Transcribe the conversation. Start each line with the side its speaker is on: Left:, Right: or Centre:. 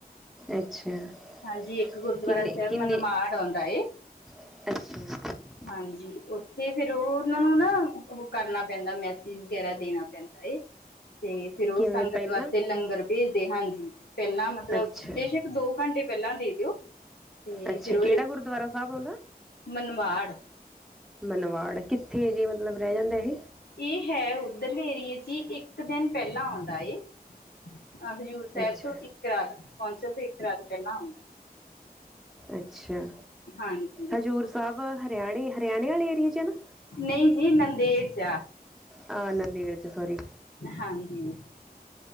Centre: ਅੱਛਾ
Left: ਹਾਂਜੀ ਇੱਕ ਗੁਰਦੁਆਰਾ
Centre: ਕਿੰਨੇ
Left: ਸਾਹਿਬ
Centre: ਕਿੰਨੇ
Left: ਮਨਮਾੜ ਆਉਂਦਾ ਏ।
Centre: ਅੱਛਾ
Left: ਹਾਂਜੀ ਉੱਥੇ ਫੇਰ ਓ ਉਨਾਂ ਨੂੰ ਨਾ ਓ ਕਰਨਾ ਪੈਂਦਾ ਮੈਸੇਜ ਵਗੈਰਾ ਦੇਣਾ ਤੇ ਫਿਰ ਓ
Centre: ਕਿਵੇਂ
Left: ਸੰਗਤ
Centre: ਪਹਿਲਾਂ
Left: ਵਾਸਤੇ ਲੰਗਰ ਭੇਜਦੇ ਹਾਂਜੀ। ਪੈਲਾਂ ਮਤਲਬ
Centre: ਅੱਛਾ
Left: ਬੇਸ਼ੱਕ ਦੋ ਘੰਟੇ ਪੈਲਾਂ ਦੇ ਦਿਓ। ਤੇ
Centre: ਅੱਛਾ
Left: ਫਿਰ ਉਹੀ
Centre: ਕਿਹੜਾ ਗੁਰਦੁਆਰਾ
Left: <unintelligible>
Centre: ਸਾਹਿਬ ਆਉਂਦਾ
Left: ਮਨਵਾੜ
Centre: ਮਨਵਾੜ ਕਿੱਥੇ ਜੇ ਮਤਲਬ ਰੈ ਜਾਂਦਾ ਏ।
Left: ਏ ਹੈ ਉਧਰ ਲੇ ਏਰੀਏ 'ਚ ਈ ਇੱਕ ਦਿਨ ਪੈਲਾਂ ਆਉਂਦਾ ਏ। ਹਾਂ ਹਜ਼ੂਰ ਸਾਹਿਬ
Centre: ਅੱਛਾ
Left: ਤੋਂ ਇੱਕ ਰਾਤ ਪਹੁੰਚਣ ਤੇ ਇੱਕ ਰਾਤ ਪੈਲਾਂ ਆਉਂਦਾ।
Centre: ਅੱਛਾ
Left: ਹਾਂਜੀ
Centre: ਹਜ਼ੂਰ ਸਾਹਿਬ ਹਰਿਆਣੇ-ਹਰਿਆਣੇ ਆਲੇ ਏਰੀਏ 'ਚ ਏ ਨਾ।
Left: ਨਈ ਜੀ ਨੰਦੇੜ 'ਚ ਆ।
Centre: ਆਹ ਨੰਦੇੜ 'ਚ ਸੋਰੀ
Left: ਹਾਂਜੀ